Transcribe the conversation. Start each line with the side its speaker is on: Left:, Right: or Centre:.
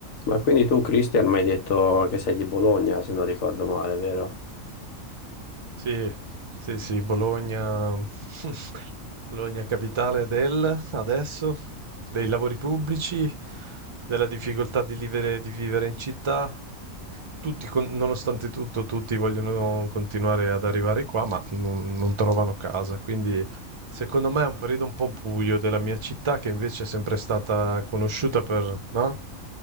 Left: Ma quindi tu, Cristian, mi hai detto che sei di Bologna, se non ricordo male, vero?
Right: Sì, sì, sì, Bologna, <laughs> Bologna capitale del, adesso, dei lavori pubblici, della difficoltà di vivere, di vivere in città, tutti con- nonostante tutto, tutti vogliono continuare ad arrivare qua, ma non, non trovano casa. Quindi, secondo me, è un periodo un po' buio della mia città, che invece è sempre stata conosciuta per, no?